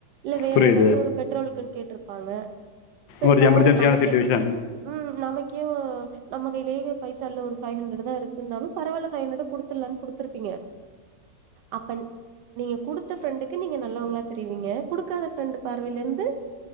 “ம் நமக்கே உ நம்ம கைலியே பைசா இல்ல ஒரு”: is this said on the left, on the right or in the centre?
Right